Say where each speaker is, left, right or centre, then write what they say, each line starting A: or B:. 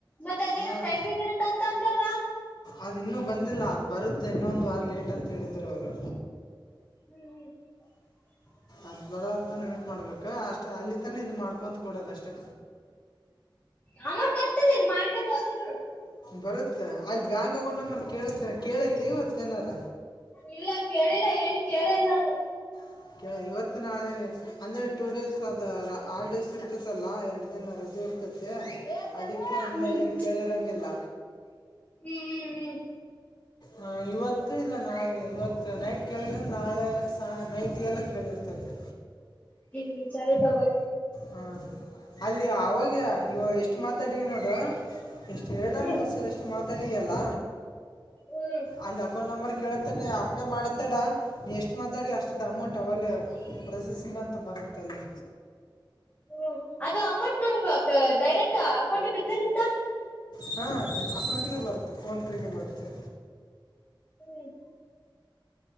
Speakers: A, on the left (about 20°); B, on the left (about 55°).
A: ಮತ್ ಅದೇನೋ
B: ಹಾಂ
A: ಟೈಪಿಂಗ್ ಇರುತ್ತ ಅಂತ ಅಂದಲ್ಲ.
B: ಅದು ಇನ್ನೂ ಬಂದಿಲ್ಲ ಅದು ಬರುತ್ತೆ ಇನ್ನೊ ಒಂದು ವಾರ ಲೇಟ್ ಅಂತೇಳಿದ್ರು ಅವರು
A: ಹ್ಮ್ ಹ್ಮ್ <unintelligible>
B: ಅದ್ ಬರೋ ತಾನ <unintelligible> ಮಾಡ್ಬೇಕ ಅಷ್ಟ ಅಲ್ಲಿ ತಾನೆ ಇದ್ ಮಾಡ್ <unintelligible> ಕೊಡೋದಷ್ಟೇ
A: <unintelligible>
B: ಬರುತ್ತೆ ಅಲ್ಲಿ ಬ್ಯಾಂಕ್ ಅಕೌಂಟ್ ನಂಬರ್ ಕೇಳತ್ತೇ <unintelligible> ಕೇಳೈತಿ ಇವತ್ತು ಏನಾರ.
A: ಇಲ್ಲ ಕೇಳಿಲ್ಲ ಏನು ಕೇಳೆ ಇಲ್ಲ ಅದು
B: <unintelligible> ಇವತ್ತು ನಾಳೆ ಅಂದ್ರೆ ಟೂ ಡೇಸ್ ಅದ ಹಾಲಿಡೇಸ್ ಇರ್ತತಲ್ಲಾ ಎರಡು ದಿನ ರಜ್ <unintelligible> ಅದಕ್ಕೆ
A: ಹ್ಮ್
B: ಇನ್ನ
A: ಹ್ಮ್
B: ಏನ್ ಕೇಳಿರಂಗಿಲ್ಲ.
A: ಹ್ಮ್ ಹ್ಮ್.
B: ಹ ಇವತ್ತು ಇಲ್ಲ ನಾಳೆ ಇವತ್ತು ನೈಟ್ ಕೇಳಿಲ್ಲ್ರ <unintelligible> ನಾಳೆ ಸಾ ನೈಟ್ಗೆಲ್ಲ ಕೇಳಿರ್ತತೆ.
A: ಹ್ಮ್ <unintelligible> ತಗೋ.
B: ಹಾಂ ಅಲ್ಲಿ ಅವಾಗ್ಯ <unintelligible> ಇವಾಗ ಎಷ್ಟು ಮಾತಾಡಿವ್ ನೋಡು ಎಷ್ಟು ಎರಡ
A: ಹ್ಮ್
B: ಮೂರ್ ಸಲ ಎಷ್ಟು ಮಾತಾಡಿಯಲ್ಲ
A: ಹ್ಮ್
B: ಅಲ್ಲಿ ಅಕೌಂಟ್ ನಂಬರ್ ಕೇಳತ್ತಾನೆ ಅಪ್ಲೈ ಮಾಡತ್ತೇಡ <unintelligible> ನೀ ಎಷ್ ಅಷ್ಟು ಮಾತಾಡಿ ಅಷ್ಟದು ಅಮೌಂಟ್ ಅವಲ್ಲೇ ಪ್ರೊಸೆಸಿಂಗ್ ಅಂತ ಬರುತ್ತ ಅಲ್ಲಿ.
A: ಹ್ಮ ಅದು ಅಮೌಂಟ್ ನಮ್ಗ ಡೈರೆಕ್ಟ್ <unintelligible> ಅಕೌಂಟಿಗೆ ಬಿದ್ದಿರುತ
B: ಹಾಂ ಅಕೌಂಟಿಗೆ ಬರುತ್ತೆ ಫೋನ್ಪೇಗೆ ಬರುತ್ತೆ.
A: ಹ್ಮ್.